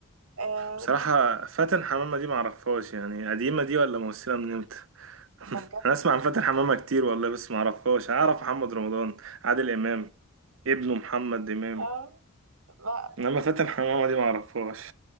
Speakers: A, on the right; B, on the right.
A: آه،
B: بصراحة
A: الجديد
B: فاتن حمامة دي معرفهاش يعني قديمة دي ولا ممثلة من امتى <laughs>
A: ده
B: انا اسمع عن فاتن حمامة كتير والله بس معرفهاش اعرف محمد رمضان عادل امام ابنه محمد امام
A: بجد لا
B: انما فاتن حمامة دي معرفهاش